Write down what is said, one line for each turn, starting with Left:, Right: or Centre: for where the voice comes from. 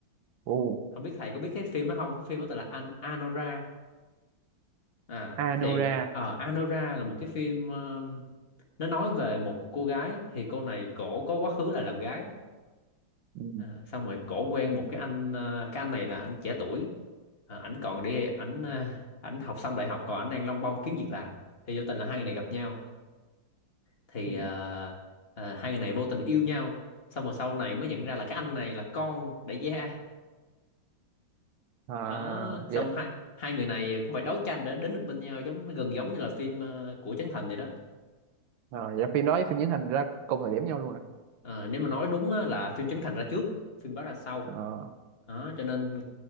Right: Ồ,
Left: không biết thầy có biết cái phim đó không cái phim đó tên là An Anora à
Right: Anora
Left: thì ờ Anora là một cái phim ờ, nó nói về một cô gái thì cô này cổ có quá khứ là làm gái
Right: Ừ.
Left: à, xong rồi cổ quen một cái anh ờ, cái anh này là anh trẻ tuổi à, ảnh còn đi ảnh ờ, ảnh học xong đại học còn ảnh đang lông bông kiếm việc làm thì vô tình là hai người này gặp nhau thì
Right: Ừ.
Left: ờ, ờ, hai người này vô tình yêu nhau xong rồi sau này mới nhận ra là cái anh này là con đại gia
Right: À,
Left: đó xong
Right: dạ.
Left: hai hai người này cũng phải đấu tranh để đến được bên nhau giống gần giống như là phim ờ, của Trấn Thành vậy đó
Right: À, dạ phim đó với phim diễn thành ra cùng thời điểm nhau luôn à,
Left: Ờ, nếu mà nói đúng á, là phim Trấn Thành ra trước phim đó ra sau
Right: à
Left: đó cho nên